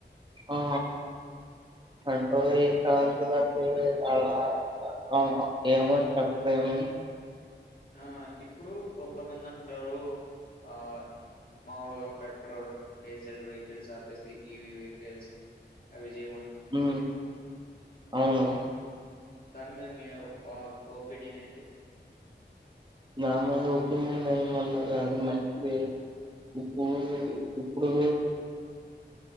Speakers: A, on the right (about 25°); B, on the left (about 55°).
A: ఆ అంటె చుంటే చాలా ఆ ఏమో చెప్పేము
B: ఆ ఇప్పుడు కొంతమంది అంటారు ఆ మాముూలుగా పెట్రోల్ డీజిల్ వెహికల్స్ ఆపేసి ఈవి వెహికల్స్ అవి జయ
A: ఊ అవును
B: దాని మీద మీ ఆ ఒపీనియన్ ఏంటి
A: నామైన ఒపీనియన్ ఏమి ఉండదు అది మంచిది ఇప్పు ఇప్పుడు